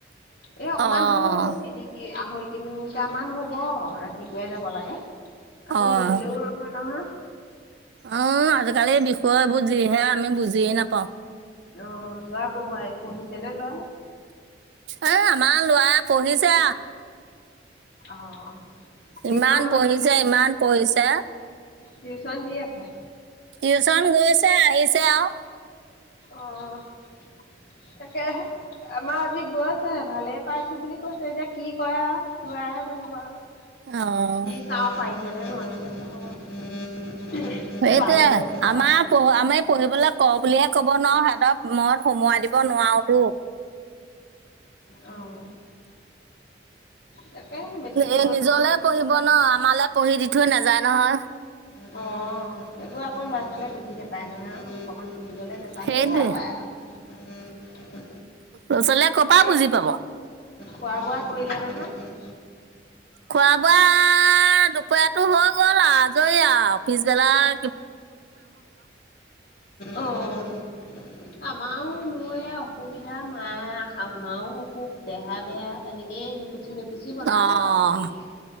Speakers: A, on the left; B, on the right.
A: এ অকমান
B: অ',
A: দূৰ, তিনি আঢ়ৈ কিলোমিটাৰ মান হ'ব। <unintelligible> যাব লাগে, আকৌ
B: অ',
A: নিদিলেও নহয় নহয়।
B: অ', আজিকালি বিষয়বোৰ যিহে আমি বুজিয়ে নাপাওঁ।
A: অ', যোৱা পঢ়োৱাই, পঢ়িছে নে, ল'ৰা?
B: এ, আমাৰ লৰা পঢ়িছে।
A: অ টিউচন
B: ইমান
A: হৈছে
B: পঢ়িছে, ইমান পঢ়িছে।
A: টিউশন দি, আছা?
B: টিউচন গৈছে, আহিছে আৰু।
A: অ', তাকে। আমাৰ আজি গৈছে হে, ভালে পাইছো বুলি কৈছে, এতিয়া কিবা কৰে আৰু লৰা হে জানিব আৰু। <inaudible>
B: অ'।
A: <inaudible>
B: সেইটোৱে
A: পঢ়িবা
B: আমাৰ পঢ় আমি পঢ়িবলৈ কওঁ, বুলিহে ক'ব নোৱাৰো সেহতঁক মই সোমোৱাই দিব নোৱাৰোতো।
A: <inaudible> অ'। তাকে মেট্ৰিক দিব
B: এই নিজলে
A: নহয় অকণমান
B: পঢ়িব
A: পঢ়োৱাব
B: ন,
A: লাগিব
B: আমাৰলৈ পঢ়ি দি থৈ নাযায়, নহয়।
A: অ', এইবোৰ আকৌ ল'ৰা, ছোৱালীয়ে বুজি নাপায়, নহয়। অকমান সুধিবলে নেপালেই
B: সেইটোৱে
A: ভাল পায় আৰু।
B: লৰা ছোৱালীয়ে কৰ পৰা
A: এ
B: বুজি পাব।
A: খোৱা, বোৱা কৰিলে নহয়।
B: খোৱা বোৱা, দুপৰীয়াতটো হৈ গ'ল আৰু, আজৰি আৰু পিছবেলাৰ
A: অ'। আমাৰও মো এয়া অসুবিধা, মায় শাহো মাও, অসুখ দেহা বেয়া তেনেক এহে পুছি ম, পুছি বনালে
B: অঁ
A: হয় ভাতকেটা